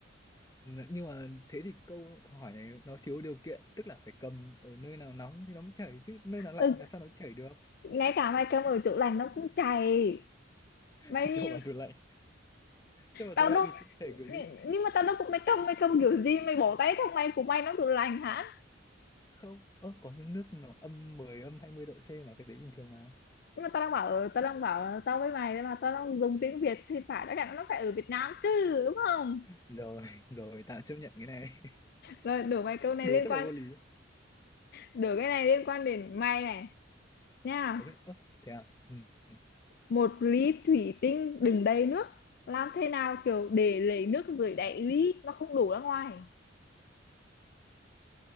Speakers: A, on the left; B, on the left.
A: N- nhưng mà thế thì câu hỏi này nó thiếu điều kiện tức là phải cầm ở nơi nào nóng thì nó mới chảy chứ nơi nào lạnh
B: ừ,
A: làm sao nó chảy được
B: ngay cả mày cầm ở tủ lạnh nó cũng chảy
A: <laughs>
B: mày đi
A: cho vào tủ lạnh cho vào
B: tao
A: tủ lạnh
B: đâu
A: thì chảy kiểu gì
B: nhưng nhưng mà tao đâu cũng mày cầm mày cầm kiểu gì mày bỏ tay trong mày của mày nó tủ lạnh hả
A: không ơ có những nước nó âm mười âm 20 độ C mà cái đấy bình thường mà
B: nhưng mà tao đang bảo ừ, tao đang bảo tao với mày đấy mà tao đang dùng tiếng Việt thì phải đã cả nó phải ở Việt Nam chứ đúng không
A: rồi <laughs> rồi tạm chấp nhận cái này
B: rồi đổi mày
A: <laughs>
B: câu này
A: đối
B: liên
A: rất
B: quan
A: là vô lý
B: đổi cái này liên quan đến mày này nha
A: ok ơ thế à ừ. ừ.
B: một ly thủy tinh đựng đầy nước làm thế nào kiểu để lấy nước dưới đáy ly nó không đổ ra ngoài